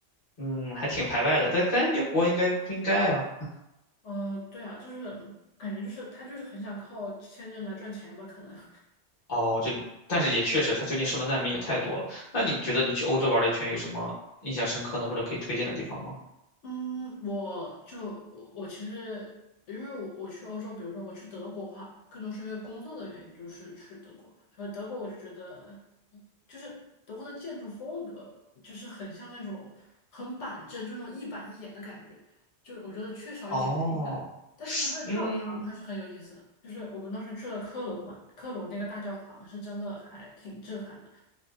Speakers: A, on the left; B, on the left.
A: 嗯还挺排外的。但跟英国应该不应该啊？
B: 呃，对啊，就是感觉就是他就是很想靠签证来赚钱吧，可能。<laughs>
A: 哦，就，但是也确实，他最近收的难民也太多了。那你觉得你去欧洲玩了一圈，有什么印象深刻的或者可以推荐的地方吗？
B: 嗯，我就我我其实因为我我去欧洲，比如说我去德国的话，更多是因为工作的原因，就是去德国。所以德国我就觉得，就是德国的建筑风格，就是很像那种很板正，就那种一板一眼的感觉，就是我觉得缺少一点美感。
A: 哦，
B: 但是呢，它的教堂还是很有意思的。
A: 嗯，
B: 就是我们当时去了科隆嘛，科隆那个大教堂是真的还挺震撼的。